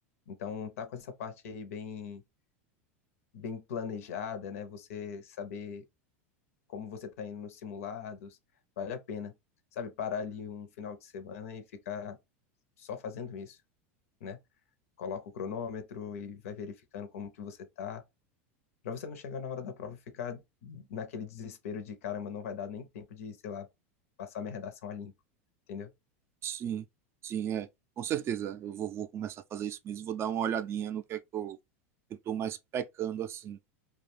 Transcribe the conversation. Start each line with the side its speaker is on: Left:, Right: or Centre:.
Left: Então, tá com essa parte aí bem, bem planejada, né? Você saber como você tá indo nos simulados, vale a pena, sabe? Parar ali um final de semana e ficar só fazendo isso, né? Coloca o cronômetro e vai verificando como que você tá, pra você não chegar na hora da prova e ficar naquele desespero de, caramba, não vai dar nem tempo de, sei lá, passar minha redação a limpo, entendeu?
Right: Sim, sim, é. Com certeza. Eu vou, vou começar a fazer isso mesmo. Vou dar uma olhadinha no que é que eu, que eu tô mais pecando, assim.